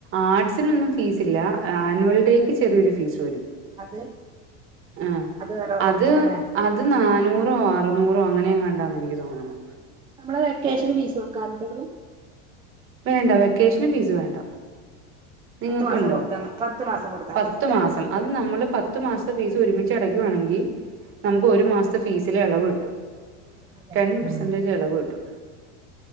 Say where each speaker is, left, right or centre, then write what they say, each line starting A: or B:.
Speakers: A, on the right (about 35°); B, on the right (about 15°).
A: ആർട്ടിസിനൊന്നും ഫീസില്ല. ആനുവൽ ഡേ ക്ക് ചെറിയൊരു ഫീസ് വരും.
B: അത്
A: ആഹ്
B: അത് വേറെ
A: അത്
B: കൊടുക്കണല്ലേ
A: അത് നാനൂറോ അറുന്നൂറോ അങ്ങനെയെങ്ങാണ്ടാണന്നെനിക്ക് തോന്നുന്നു.
B: നമ്മള് വെക്കേഷന് ഫീസ് കൊടുക്കാറുണ്ടയ്ല്?
A: വേണ്ട വെക്കേഷന് ഫീസ് വേണ്ട. നിങ്ങക്കുണ്ടോ?
B: പത്ത് മാസം കൊടുത്താ പത്ത് മാസം കൊടുത്താ
A: പത്തു
B: മതി ല്ലേ
A: മാസം അത് നമ്മള് പത്തു മാസത്തെ ഫീസ് ഒരുമിച്ച് അടയ്ക്കുവാണെങ്കിൽ നമുക്ക് ഒരു മാസ്ത്തെ ഫീസിലെ എളവ്ട്ടും.
B: അതെ
A: ടെൻ പെർസെന്റേജ്
B: ആഹ്
A: എളവ്ട്ടും.